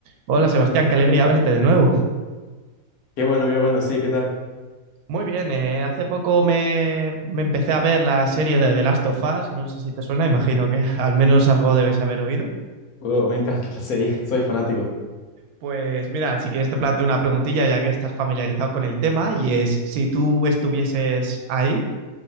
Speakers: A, on the right (about 85°); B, on the left (about 80°).
A: Hola Sebastián, qué alegría verte de nuevo.
B: Qué bueno, qué bueno, sí, ¿qué tal?
A: Muy bien, eh, hace poco me, me empecé a ver la serie de The Last of Us, no sé si te suena, imagino que <laughs> al menos algo debes haber oído.
B: Wow, me encanta la serie, <laughs> soy fanático.
A: Pues mira, si quieres te planteo una preguntilla ya que estás familiarizado con el tema y es si tú estuvieses ahí,